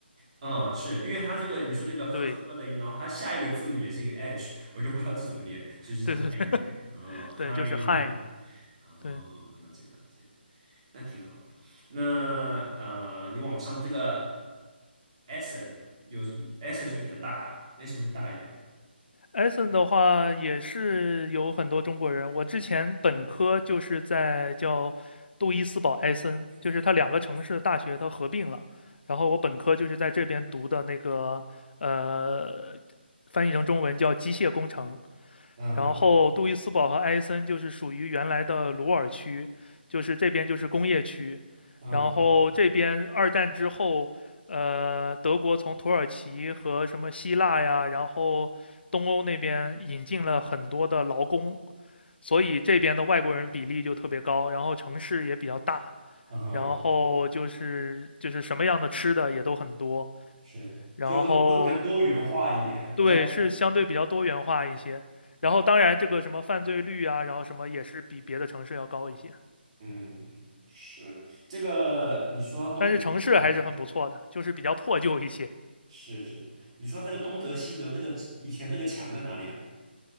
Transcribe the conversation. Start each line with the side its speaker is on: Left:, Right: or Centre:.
Right: 嗯，是因为它这个你说这个呵呵的音，
Left: 对
Right: 然后它下一个字母也是一个 H，<laughs> 我就不知道这怎么念，所以就是
Left: 对对对
Right: Hi 就可以。嗯，Hi
Left: 对，就是
Right: River。
Left: Hein。
Right: 哦，
Left: 对，
Right: 了解了解，那挺好。那呃，你网上这个 Essen 有 Essen 是不是比较大？Essen 是不是大一点？
Left: e 森的话也是有很多中国人。我之前本科就是在叫杜伊斯堡埃森，就是它两个城市的大学它合并了。然后我本科就是在这边读的那个，呃，翻译成中文叫机械工程。
Right: 嗯
Left: 然后杜伊斯堡和埃森就是属于原来的鲁尔区，就是这边就是工业区，
Right: 嗯
Left: 然后这边二战之后，呃，德国从土耳其和什么希腊呀，然后东欧那边引进了很多的劳工，所以这边的外国人比例就特别高，然后城市也比较大，
Right: 嗯哼，
Left: 然后就是就是什么样的吃的也都很多，
Right: 是，
Left: 然后
Right: 就会会比较多元化一点，
Left: 对，
Right: 但
Left: 是相对比较多元化一些。
Right: 呀，
Left: 然后当然这个什么犯罪率啊，然后什么也是比别的城市要高一些，
Right: 嗯嗯，是这个，你说东德西德，
Left: 但是城市还是很不错的，就是比较破旧一些。
Right: 是是，你说这个东德西德那个以前那个墙在哪里啊？